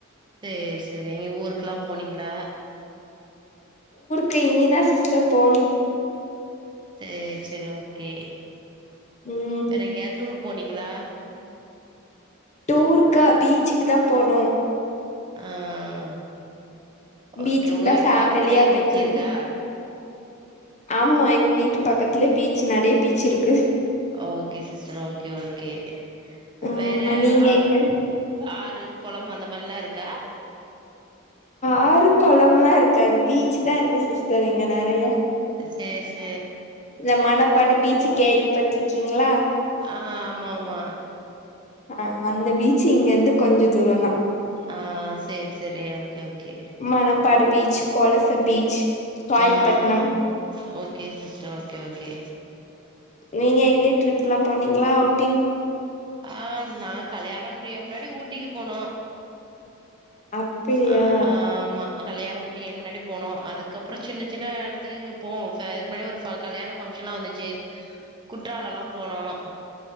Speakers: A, on the right; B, on the left.
A: சேரி செரிங்க ஊருக்குல்லா போனீங்களா
B: கே இன்னிதா சிஸ்டர் போணு
A: சேரி சேரி ஓகே
B: ம்
A: வேற எங்கயாது டூர் போனீங்களா
B: டூருக்கா பீச்சுக்கு தான் போனோம்
A: ஆஹ்
B: பீச்சுக்கு
A: ஓகே உங்க
B: தா
A: வீட்டு
B: ஃபேமிலியா
A: பக்கத்துலயே
B: போயிட்டு
A: பீச்சி
B: வந்தோ
A: இருக்கா
B: ஆமா எங்க வீட்டு பக்கத்துலே பீச் நிறைய பீச் இருக்கு
A: okay sister okay okay okay
B: ஆமா
A: வேற
B: நீங்க
A: ஆ
B: எங்க
A: ஆறு கொழம்பு அந்த மாதிரில்லா இருக்கா
B: ஆறு குளம் எல்லாம் இருக்காது பீச் தான் இருக்கு சிஸ்டர் இங்க நிறைய
A: சேரி சேரி
B: இந்த மணப்பாடு பீச்சு கேள்வி பட்டுறீக்கிங்களா
A: ஆஹ் ஆமா ஆமா
B: அஹ் அந்த பீச்சு இங்க இருந்து கொஞ்ச தூரம் தான்
A: ஆஹ் சேரி சேரி ஓகே ஓகே
B: மணப்பாடு பீச் கொலச பீச் காயல்பட்னம்
A: ஆஹ் ஓகே சிஸ்டர் ஓகே ஓகே
B: நீங்க எங்க ட்ரிப் எல்லாம் போனீங்களா அவுட்டிங்
A: ஆஹ் நா கல்யாணம் முடிய முன்னாடி ஊட்டிக்கு போனோம்
B: அப்பிடியா
A: அஹ் ஆமா கல்யாணம் முடிய முன்னாடி போனோம் அதுக்கப்புறம் சின்ன சின்ன இடத்துக்கு இங்க இப்போம் இதுக்கு முன்னாடி ஒரு கல்யாண ஃபங்க்ஷன் எல்லாம் வந்துச்சு குற்றாலம் எல்லாம் போனோம்